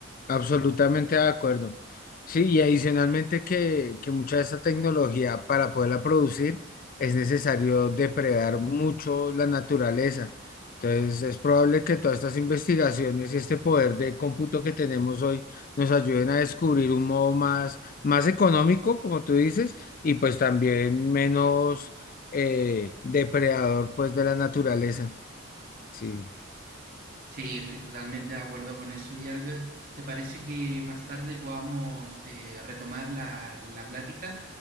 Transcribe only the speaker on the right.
Sí, yo estoy totalmente de acuerdo con eso. Y Albert, ¿te parece que más tarde podamos eh, retomar la, la plática?